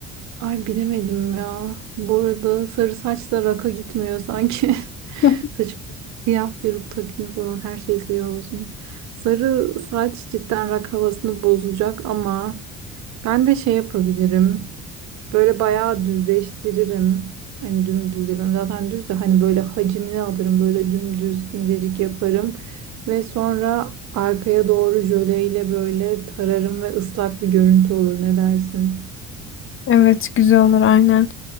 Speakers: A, on the right; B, on the left.
A: Ay bilemedim ya. Bu arada sarı saç da raka gitmiyor sanki. <laughs>
B: <laughs>
A: Saçıma siyah peruk takayım falan her şey siyah olsun. Sarı saç cidden rak havasını bozacak ama ben de şey yapabilirim. Böyle bayağı düzleştiririm. Hani dümdüz yapıyorum. Zaten düz de hani böyle hacmini alırım. Böyle dümdüz incecik yaparım. Ve sonra arkaya doğru jöleyle böyle tararım ve ıslak bir görüntü olur. Ne dersin?
B: Evet güzel olur aynen.